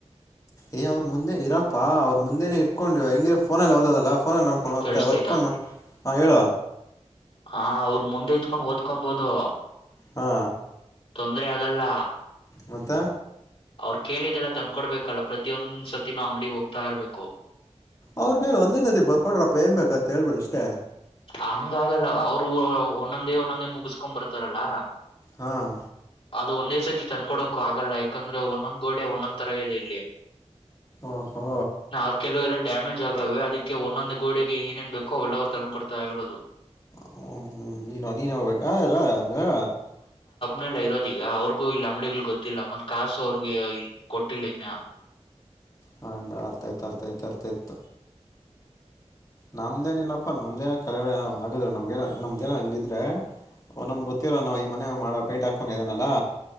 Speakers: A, on the left; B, on the left.
A: ಏ ಅವ್ರು ಮುಂದೆ ಇರಪ್ಪಾ ಅವ್ರು ಮುಂದೆನೆ ಇಟ್ಕೊಂಡು ಹೆಂಗಿರ ಫೋನಲ್ಲಿ ಓದಲ್ಲ ನೋಡ್ಕೊಂಡು ಹೊದ್ತ
B: ಕೇಳಸ್ತೈತಾ
A: ಹೊತ್ಕೊಂಡು ಹ ಹೇಳ
B: ಹ ಅವ್ರ ಮುಂದೆ ಇತ್ಕೊಂಡ್ ಓದ್ಕೊಂಬೋದು
A: ಹಾ
B: ತೊಂದ್ರರೆ ಅದಲ್ಲ
A: ಮತ್ತ
B: ಅವ್ರು ಕೇಳಿದೆಲ್ಲ ತಂದಕೊಡ್ಬೇಕಲ್ಲ ಪ್ರತಿಯೊಂದ್ಸತಿ ನಾ ಅಂಗಡಿ ಹೋಗ್ತಾ ಇರ್ಬೇಕು
A: ಅವ್ರು ಕೇಳಿ ಒಂದೇ ಸತಿ ಬರ್ಕೊಡ್ರಪ್ಪ ಏನ್ ಬೇಕಂತ ಹೇಳ್ಬಿಡ ಅಷ್ಟೇ
B: ಹಂಗ ಆಗಲ್ಲ ಅವ್ರು ಒಂದೊಂದೇ ಒಂದೊಂದೇ ಮುಗಿಸ ಕೊ ಬರ್ತಾರಲ್ಲ
A: ಹಾಂ
B: ಅದು ಒಂದೇ ಸರ್ತಿ ತಂದಕೊಡಕ್ಕು ಆಗಲ್ಲ ಯಾಕಂದ್ರೆ ಒಂದೊಂದ್ ಗೋಡೆ ಒಂದೊಂದ್ ತರ ಇದೆ ಇಲ್ಲಿ
A: ಓಹೋ
B: ನಾ ಕೆಲುವ ಎಲ್ಲ ಡ್ಯಾಮೇಜ್ ಆಗೆ ಅದಕ್ಕೆ ಒಂದೊಂದು ಗೋಡೆಗೆ ಏನೇನ್ ಬೇಕೋ ಅವೆಲ್ಲವರು ತಂದುಕ ಕೊಡ್ತಾ ಇರೋದು
A: ಹ್ಮ ನೀನ್ ನೀನ್ ಹೋಗ್ಬೇಕಾ ಇಲ್ಲ ಅ
B: ನಲ್ಲ ಇರೋದ ಈಗ ಅವ್ರಿಗೂ ಇಲ್ಲ ಅಂಗಡಿಗಳು ಗೊತ್ತಿಲ್ಲ ಮತ್ ಕಾಸು ಅವ್ರಿಗೆ ಇ ಕೊಟ್ಟಿಲ್ಲ ಇನ್ನ
A: ಹಂಡ ಅರ್ತಯ್ತ ಅರ್ತಯತ ಅರ್ತ ಇತ ನಮ್ದೇನ ಇಿಲ್ಲಪ್ಪಾ ನಮ್ದೇನ ಕೆಳಡೆ ಆಗುದ್ರ ನಮ್ಗೇನ ನಮ್ದೇನ ಹಂಗಿದ್ರೆ ಒ್ ನಮ್ ಗೊತ್ತರಲ್ಲ ನಾವ ಈ ಮನೆ ಮಾಡ ಪೇಂಟ್ ಹಾಕೊಂಡ ಇದನಲ್ಲಾ